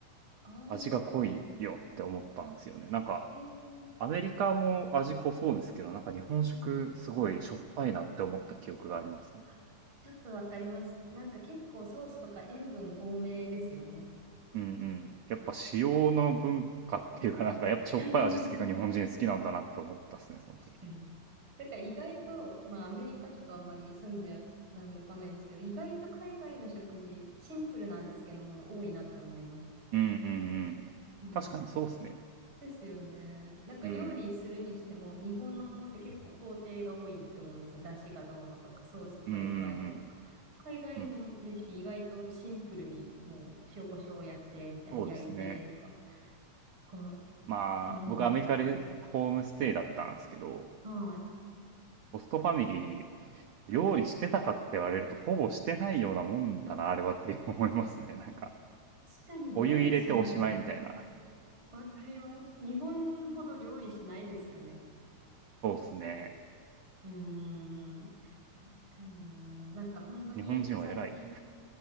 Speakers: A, on the right; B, on the right.
A: ああ、
B: 味が濃いよって思ったんですよね。なんか、
A: へえ、
B: アメリカも味濃そうですけど、なんか日本食すごいしょっぱいなって思った記憶がありますね。
A: ですねあちょっとわかります。なんか結構ソースとか塩分多めですよね。
B: うんうん。やっぱ塩の文化っていうか、なんかやっぱしょっぱい味付けが日本人好きなんだなって思ったっすね、
A: <laughs> 確
B: その時。
A: かに。だから意外と、まあアメリカちょっとあんまり住んでないんでわかんないですけど、意外と海外の食事、シンプルな味付けのもの多いなって思います。
B: うんうんうん。
A: うん。
B: 確かにそうっすね。
A: ですよね。なんか料理するにしても、
B: うん。
A: 日本のものって結構工程が多いと思うんですよ。出汁がどうのとか、ソースこれ加えてとか。
B: うんうん
A: 海外のレシピ意外とシンプルに、
B: うん。うん。
A: もう塩コショウやってみたいな、
B: そうですね。
A: 焼いてとか。こう、
B: まあ、
A: あれ、
B: 僕アメリカでホームステイだったんですけど、
A: はい。
B: ホストファミリー、料理してたかって言われると、ほぼしてないようなもんだな、あれはって思いますね、なんか。
A: 確かに料理しない。
B: お湯入れておしまいみたいな。
A: わかります。日本ほど料理しないですよね。
B: そうっすね。
A: うーん。確かにな。なんか本当に最近、
B: 日本人は偉いね。